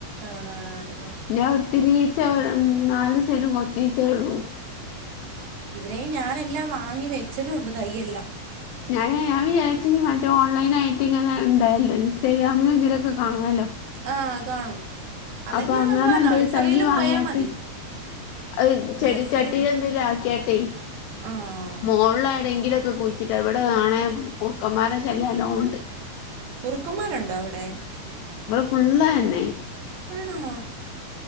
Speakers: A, on the right; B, on the left.
A: ആണ് ആണ്
B: ഞാൻ ഒത്തിരിച്ച നാല് സൈന കൊച്ചീച്ചേ ഉള്ളൂ....
A: ഇവിടെയും ഞാനെല്ലാം വാങ്ങി വെച്ചിട്ടുണ്ട് തയ്യെല്ലാം.....
B: ഞാൻ ഞൻ വിചാരിച്ച മറ്റേ ഓൺലൈനായി... കുട്ടി ഇങ്ങനെ ഉണ്ടായല്ലോ ഇഈ സ്റ്റേഡിയമിലും ഇതിലൊക്കെ കാണമ......
A: ആഹ് കാണും.... അല്ലെങ്കിൽ
B: അപ്പൊ അങ്ങനെ
A: നമ്മളാ
B: എന്താ
A: നഴ്സറിയിൽ
B: തയ് വാങ്ങിട്ട്.
A: പോയാൽ മതി
B: അ ചെടിച്ചാട്ടിയില
A: നഴ്സറിയിലോ
B: എന്തെല ആക്കിയാട്ടെ
A: ആഹ്
B: മോളിലാണെങ്കിലും..... കുഴിച്ചിട്ട് എവിടെ ആണ കുർക്കന്മാര ശല്യം നാലോല ഉണ്ട്...
A: കുറുക്കന്മാരുണ്ടോ അവിടെ.....
B: ഫുള്ള തന്നെ....
A: ആണോ....